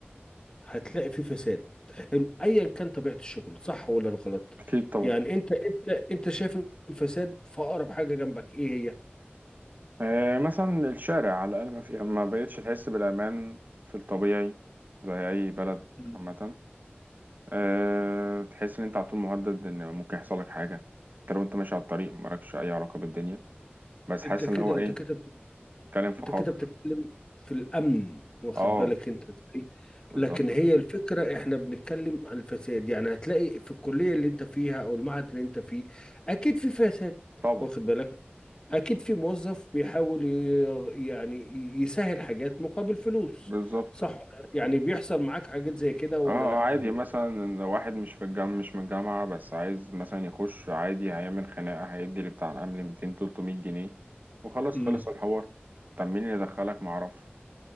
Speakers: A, on the left (about 20°); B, on the right (about 45°).
A: هتلاقي في فساد حلو ايا كان طبيعه الشغل صح ولا غلط
B: أكيد طبعا
A: يعني انت انت انت شايف الفساد في اقرب حاجه جنبك ايه هي
B: آه مثلا الشارع على الأقل ما في ما بقتش تحس بالأمان في الطبيعي زي أي بلد
A: مم.
B: عامة آه تحس إن أنت على طول مهدد إن ممكن يحصل لك حاجة حتى لو أنت ماشي على الطريق مالكش أي علاقة بالدنيا بس حاسس
A: انت كده
B: إن هو
A: انت
B: إيه
A: كده
B: بيتكلم في
A: انت
B: خطر
A: كده بتتكلم في الامن واخد
B: أه
A: بالك انت ازاي
B: بالظبط
A: لكن هي الفكره احنا بنتكلم عن الفساد يعني هتلاقي في الكليه اللي انت فيها او المعهد اللي انت فيه اكيد في فساد
B: طبعا
A: واخد بالك اكيد في موظف بيحاول ي- يعني يسهل حاجات مقابل فلوس
B: بالظبط
A: صح ولا لا؟ يعني بيحصل معاك حاجات زي كده ولا
B: اه
A: لا
B: عادي
A: هو
B: مثلا لو واحد مش في الجامعة مش من الجامعة بس عايز مثلا يخش عادي هيعمل خناقة هيدي لبتاع الأمن 200 300 جنيه وخلاص
A: امم
B: خلص الحوار طب مين اللي دخلك معرفش